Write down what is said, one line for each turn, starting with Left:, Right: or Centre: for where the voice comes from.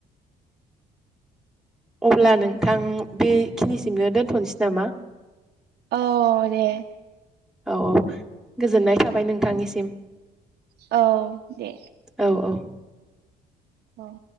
Centre: अब्ला नोंथां बेखिनिसिमनो दोन्थ'नोसै नामा
Right: औ दे
Centre: औ औ गोजोननाय थाबाय नोंथांनिसिम
Right: औ दे
Centre: औ औ
Right: औ